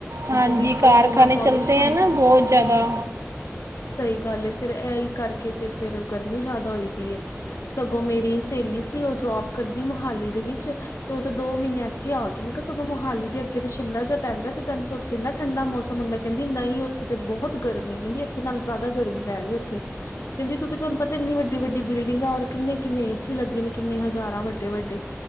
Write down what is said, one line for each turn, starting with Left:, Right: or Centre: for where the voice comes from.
Right: ਹਾਂਜੀ
Left: ਵਹੀਕਲ
Right: ਕਾਰਖਾਨੇ
Left: ਤੋਂ ਇੰਨਾ ਪੋਲਿਊਸ਼ਨ
Right: ਚਲਦੇ ਆ ਨਾ ਬਹੁਤ ਜ਼ਿਆਦਾ।
Left: ਸਹੀ ਗੱਲ ਹੈ ਫਿਰ ਇਹੀ ਕਰਕੇ ਤੇ ਫਿਰ ਗਰਮੀ ਜ਼ਿਆਦਾ ਹੋਈ ਪਈ ਹੈ। ਸਗੋਂ ਮੇਰੀ ਸਹੇਲੀ ਸੀ ਉਹ ਜੋਬ ਕਰਦੀ ਮੋਹਾਲੀ ਦੇ ਵਿੱਚ ਦੋ ਮਹੀਨੇ ਇੱਥੇ ਆ ਗਈ ਤੇ ਮੈਂ ਕਿਹਾ ਸਗੋਂ ਮੋਹਾਲੀ ਦੇ ਅੱਗੇ ਤੇ ਸ਼ਿਮਲਾ ਜਿਹਾ ਪੈਂਦਾ ਤੈਨੂੰ ਤੇ। ਕਿੰਨਾ ਠੰਡਾ ਮੌਸਮ ਹੁੰਦਾ, ਕਹਿੰਦੀ ਨਹੀਂ ਉੱਥੇ ਤੇ ਬਹੁਤ ਗਰਮੀ, ਕਹਿੰਦੀ ਇੱਥੇ ਨਾਲ ਜਿਆਦਾ ਗਰਮੀ। <unintelligible> <unintelligible> ਕਹਿੰਦੀ, ਕਿਉਂਕਿ ਤੁਹਾਨੂੰ ਪਤਾ ਇੰਨੀ ਵੱਡੀ- ਵੱਡੀ ਬਿਲਡਿੰਗ ਔਰ ਕਿੰਨੇ -ਕਿੰਨੇ ਏਸੀ ਲੱਗੇ ਨੇ ਕਿੰਨੇ ਹਜ਼ਾਰਾਂ ਵੱਡੇ- ਵੱਡੇ।